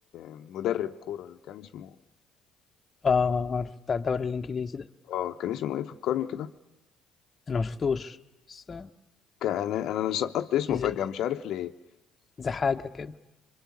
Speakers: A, on the left; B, on the left.
A: مدرب كورة اللي كان اسمه
B: اه عارف بتاع الدوري الانجليزي ده
A: اه كان اسمه ايه فكرني كده
B: انا ما شفتوش بس
A: كان انا انا سقطت اسمه
B: زي
A: فجأة مش عارف ليه
B: زي حاجة كده